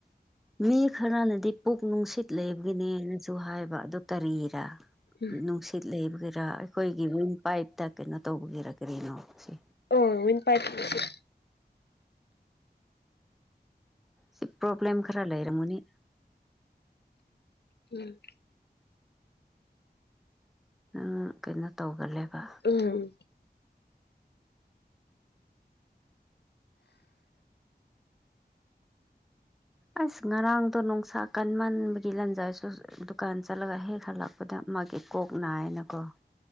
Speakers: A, in the centre; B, on the left.
A: ꯃꯤ ꯈꯔꯅꯗꯤ ꯄꯨꯛ ꯅꯨꯡꯁꯤꯠ ꯂꯩꯕꯒꯤꯅꯦꯅꯁꯨ ꯍꯥꯏꯕ ꯑꯗꯨ ꯇꯔꯤꯔ
B: ꯎꯝ
A: ꯅꯨꯡꯁꯤꯠ ꯂꯩꯕꯒꯔꯥ ꯑꯩꯈꯣꯏꯒꯤ ꯋꯤꯡ ꯄꯥꯏꯞꯇ ꯀꯩꯅꯣ ꯇꯧꯕꯒꯤꯔ ꯀꯔꯤꯅꯣ ꯁꯤ
B: ꯑꯣ ꯋꯤꯟ ꯄꯥꯏ <unintelligible>
A: ꯁꯤ ꯄ꯭ꯔꯣꯕ꯭ꯂꯦꯝ ꯈꯔ ꯂꯩꯔꯝꯃꯨꯅꯤ
B: ꯎꯝ
A: ꯑꯥ ꯀꯩꯅꯣ ꯇꯧꯒꯂꯦꯕ
B: ꯎꯝ
A: ꯑꯁ ꯉꯔꯥꯡꯗꯣ ꯅꯨꯡꯁꯥ ꯀꯟꯃꯟꯕꯒꯤ ꯂꯟꯖꯥꯏꯁꯨ ꯗꯨꯀꯥꯟ ꯆꯠꯂꯒ ꯍꯦꯛ ꯍꯜꯂꯛꯄꯗ ꯃꯥꯒꯤ ꯀꯣꯛ ꯅꯥꯏꯅꯀꯣ